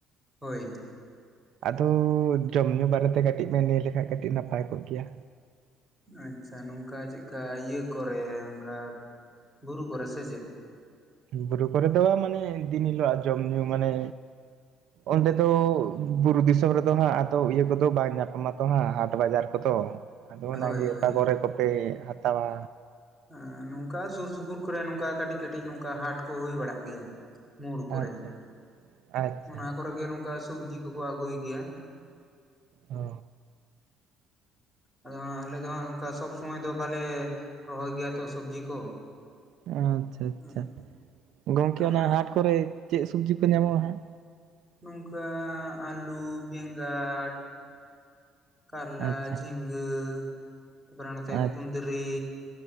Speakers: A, in the centre; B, on the right (about 65°).
A: ᱦᱳᱭ
B: ᱟᱫᱚ ᱡᱚᱢ ᱧᱩ ᱵᱟᱨᱮᱛᱮ ᱠᱟᱹᱴᱤᱡ ᱮᱢ ᱞᱟᱹᱭ ᱞᱮᱠᱷᱟᱡ ᱠᱟᱹᱴᱤᱡ ᱱᱟᱯᱟᱭ ᱠᱚᱜ ᱠᱮᱭᱟ᱾
A: ᱟᱪᱪᱷᱟ ᱱᱚᱝᱠᱟ ᱪᱮᱫᱞᱠᱟ ᱤᱭᱟᱹ ᱠᱚᱨᱮ ᱱᱚᱝᱠᱟ ᱵᱩᱨᱩ ᱠᱚᱨᱮ ᱥᱮ ᱪᱮᱫ
B: ᱵᱩᱨᱩ ᱠᱚᱨᱮ ᱫᱚ ᱢᱟᱱᱮ ᱫᱤᱱ ᱦᱤᱞᱚᱜᱼᱟ ᱡᱚᱢ ᱧᱩ ᱢᱟᱱᱮ ᱚᱸᱰᱮ ᱫᱚ ᱵᱩᱨᱩ ᱫᱤᱥᱚᱢ ᱨᱮᱫᱚ ᱦᱟᱸᱜ ᱟᱫᱚ ᱤᱭᱟᱹ ᱠᱚᱫᱚ ᱵᱟᱝ ᱧᱟᱯᱟᱢᱟᱛᱚ ᱦᱟᱸᱜ ᱦᱟᱴ ᱵᱟᱡᱟᱨ ᱠᱚ ᱛᱚ ᱟᱫᱚ ᱚᱱᱟᱜᱮ
A: ᱦᱳᱭ ᱦᱳᱭ
B: ᱚᱠᱟ ᱠᱚᱨᱮ ᱠᱚᱯᱮ ᱦᱟᱛᱟᱣᱟ᱾
A: ᱦᱚᱸ ᱱᱚᱝᱠᱟ ᱥᱩᱨ ᱥᱩᱯᱩᱨ ᱠᱚᱨᱮ ᱱᱚᱝᱠᱟ ᱠᱟᱹᱴᱤᱡ ᱠᱟᱹᱴᱤᱡ ᱱᱚᱝᱠᱟ ᱦᱟᱴ ᱠᱚ ᱦᱩᱭ ᱵᱟᱲᱟᱜ ᱜᱮᱭᱟ᱾ ᱢᱳᱲ ᱠᱚᱨᱮ,
B: ᱟᱪᱪᱷᱟ ᱟᱪᱪᱷᱟ
A: ᱚᱱᱟ ᱠᱚᱨᱮ ᱜᱮ ᱱᱚᱝᱠᱟ ᱥᱚᱵᱡᱤ ᱠᱚᱠᱚ ᱟᱹᱜᱩᱭ ᱜᱮᱭᱟ ᱾
B: ᱚ
A: ᱟᱫᱚ ᱟᱞᱮ ᱫᱚ ᱦᱟᱸᱜ ᱚᱱᱠᱟ ᱥᱚᱵ ᱥᱚᱢᱚᱭ ᱫᱚ ᱵᱟᱞᱮ ᱨᱚᱦᱚᱭ ᱜᱮᱭᱟ ᱛᱚ ᱥᱚᱵᱽᱡᱤ ᱠᱚ᱾
B: ᱟᱪᱪᱷᱟ ᱟᱪᱪᱷᱟ,
A: ᱦᱮᱸ
B: ᱜᱚᱝᱠᱮ
A: ᱟᱢᱟᱜ
B: ᱚᱱᱟ ᱦᱟᱴ ᱠᱚᱨᱮ ᱪᱮᱫ ᱥᱚᱵᱡᱤ ᱠᱚ ᱧᱟᱢᱚᱜᱼᱟ ᱦᱟᱸᱜ
A: ᱱᱚᱝᱠᱟ ᱟᱞᱩ ᱵᱮᱸᱜᱟᱲ ᱠᱟᱨᱞᱟ
B: ᱟᱪᱪᱷᱟ
A: ᱡᱷᱤᱸᱜᱟᱹ ᱜᱟᱹ ᱛᱟᱯᱚᱨᱮ ᱱᱚᱛᱮ
B: ᱟᱪᱪᱷᱟ
A: ᱠᱩᱸᱫᱽᱨᱤ᱾